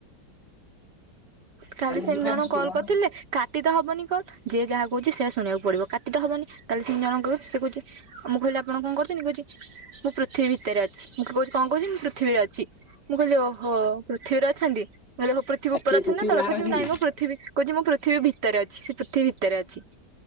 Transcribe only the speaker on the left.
ଯିବା
ସ୍କୁଲ
ଆମେ
ଆଉ
କିଏ
ପୃଥିବୀ
ବାହାରେ
ଅଛି
କି?